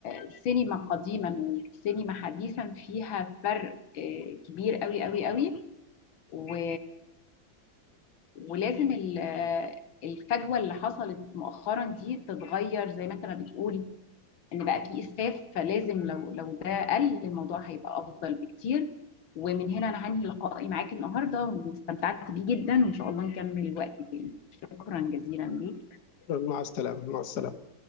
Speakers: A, on the left; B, on the left.
A: السينما قديما والسينما حديثا فيها فرق آه، كبير قوي قوي قوي و- ولازم ال- آه، الفجوة اللي حصلت مؤخرا دي تتغير زي ما انت ما بتقول ان بقى في اسفاف فلازم لو لو ده قل الموضوع هيبقى افضل بكتير ومن هنا انا هنهي لقائي معاك النهارده واستمتعت بيه جدا وان شاء الله نكمل وقت تاني شكرا جزيلا ليك
B: مع السلامه مع السلامه